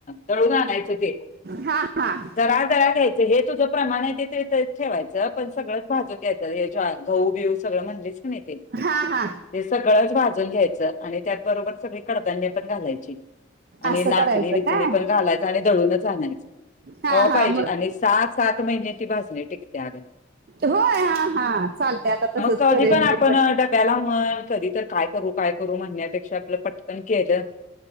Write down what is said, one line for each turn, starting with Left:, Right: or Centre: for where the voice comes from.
Left: दळून आणायचं ते
Right: हा हा
Left: जरा जरा घ्यायचं हे तुझं प्रमाणे ते ठेवायचं पण सगळंच भाजत येत ज घहऊ बिऊ सगळं म्हणजेच पण येते
Right: हा हा
Left: ते सगळंच भाजून घ्यायचं आणि त्याच बरोबर सगळी कडधान्य पण घालायच आणि
Right: असं
Left: नाचणी
Right: करायचं
Left: विचणी
Right: काय
Left: पण घालायच आणि दळूनच आणायचं
Right: हा
Left: क पाहिजे
Right: हा मग
Left: आणि सात सात ग
Right: होय हा हा चालतंय आता तसंच
Left: कधी
Right: करेन
Left: पण आप
Right: मी
Left: डब्याला मग कधी तर काय करू काय करू म्हणण्यापेक्षा आपलं पटकन केलं